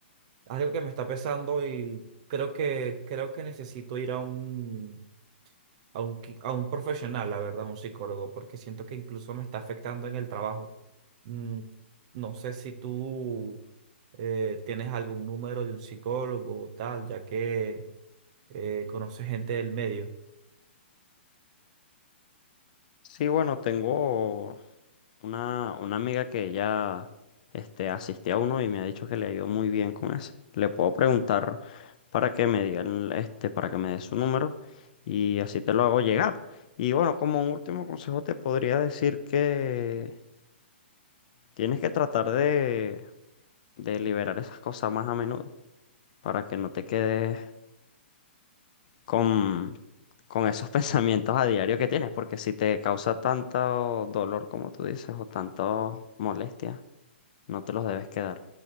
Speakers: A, on the right (about 35°); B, on the left (about 40°).
A: es algo que me está pesando y creo que, creo que necesito ir a un a un, qui- a un profesional, la verdad, un psicólogo, porque siento que incluso me está afectando en el trabajo. Mm, no sé si tú eh, tienes algún número de un psicólogo o tal, ya que eh, conoces gente del medio.
B: Sí, bueno, tengo Una, una amiga que ya este, asistió a uno y me ha dicho que le ha ido muy bien con ese. Le puedo preguntar para que me digan, este, para que me dé su número y así te lo hago llegar. Y bueno, como un último consejo te podría decir que tienes que tratar de, de liberar esas cosas más a menudo para que no te quedes con, con esos <laughs> pensamientos a diario que tienes, porque si te causa tanto dolor como tú dices o tanto molestia, no te los debes quedar.